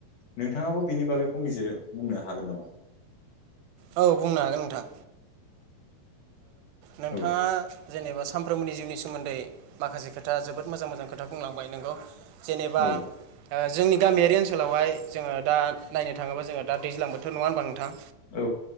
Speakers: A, on the left; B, on the right.
A: नोंथाङाबो बिनि बागै फंनैसो बुंनो हागोन नामा?
B: औ बुंनो हागोन नोंथां। नोंथाङा
A: औ
B: जेनेबा सानफ्रोमबोनि जिउनि सोमोन्दै माखासे खोथा जोबोद मोजां मोजां खोथा बुंलांबाय नोंगौ। जेनेबा
A: औ
B: जोंनि गामियारि ओनसोलावहाय जोंङो दा नायनो थांङोबा जो द दैज्लां बोथोर नङा होनब्ला ओ
A: औ